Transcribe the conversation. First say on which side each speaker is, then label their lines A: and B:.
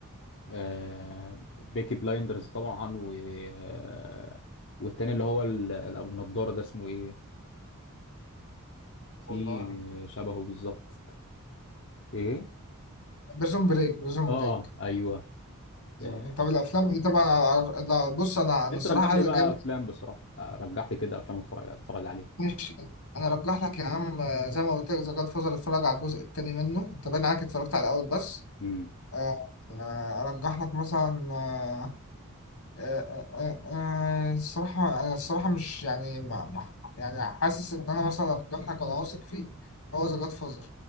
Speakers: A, on the left (about 55°); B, on the left (about 70°).
A: آه بيكي بلايندرز طبعا و آه، والتاني اللي هو ال- الابو نضارة ده اسمه ايه في
B: والله
A: شبهه بالظبط ايه
B: بريزون بريك بريزون
A: اه
B: بريك
A: ايوه
B: يعني
A: آه،
B: طب الافلام ايه طبعا لا بص انا انا
A: انت
B: الصراحه
A: رجح
B: عايز
A: لي بقى
B: اجامل
A: افلام بصراحة آه، رجح لي كده افلام اتفرج اتفرج عليها
B: ماشي انا ارجح لك يا عم آه، زي ما قلت لك ذا جاد فازر اتفرج على الجزء الثاني منه انت باين عليك اتفرجت على الاول بس
A: امم
B: آه، آه، ارجح لك مثلا آه، آه، آه، آه، آه، الصراحه انا الصراحه مش يعني ما ما- يعني حاسس ان انا مثلا ارجح لك وانا واثق فيه هو ذا جاد فازر